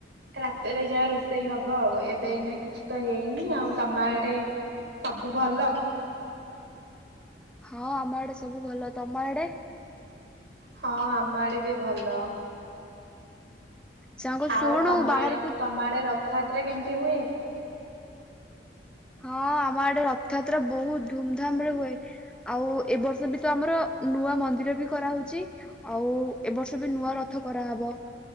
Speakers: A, on the right; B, in the centre.
A: ରାତିରେ ଯାହା ରୋଷେଇ ହବ ଆଉ ଏବେ ଏଇନା କିଛି ତ ହେଇନି ଆଉ ତମ ଆଡେ ସବୁ ଭଲ?
B: ହଁ ଆମ ଆଡେ ସବୁ ଭଲ। ତମ ଆଡେ?
A: ହଁ ଆମ ଆଡେ ବି ଭଲ।
B: ସାଙ୍ଗ
A: ଆଉ
B: ଶୁଣୁ
A: ତମ
B: ବାହାରକୁ
A: ଆଡେ ତମଆଡେ ରଥଯାତ୍ରା କେମିତି ହୁଏ?
B: ହଁ ଆମ ଆଡେ ରଥଯାତ୍ରା ବହୁତ ଧୁମଧାମ ରେ ହୁଏ। ଆଉ ଏ ବର୍ଷ ବି ତ ଆମର ନୂଆ ମନ୍ଦିର ବି କରାହଉଚି। ଆଉ ଏବ ବର୍ଷ ବି ନୂଆ ରଥ କରାହେବ